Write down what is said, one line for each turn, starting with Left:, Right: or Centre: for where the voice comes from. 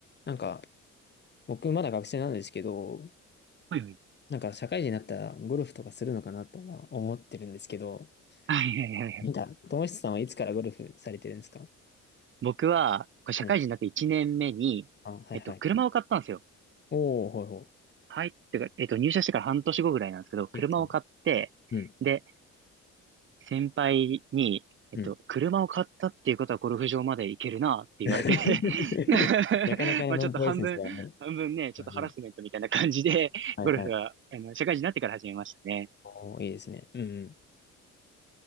Left: なんか、僕まだ学生なんですけど、
Right: はいはい。
Left: なんか社会人になったらゴルフとかするのかなとは思ってるんですけど、
Right: はいはいはいはいい
Left: なんか、友久さんはいつからゴルフされてるんですか
Right: 僕は、これ社会人になって1年目に、
Left: うん。あ、はいはい。
Right: えっと、車を買ったんですよ。
Left: おー、ほいほ
Right: はい。ってか、えっと、入社してから半年後ぐらいなんですけど、車を買って、
Left: い。いいですね。うん。
Right: で、先輩に、えっと、
Left: うん。
Right: 車を買ったっていうことはゴルフ場まで行けるなって言われて
Left: <laughs>
Right: <laughs>
Left: なかなかのノンプロレスですからね。
Right: まあちょっと半分、半分ね、ちょっとハラスメントみたいな感じで、
Left: うん。はいはい。
Right: ゴルフは、あの、社会人になってから始めましたね。
Left: おー、いいですね。うんうん。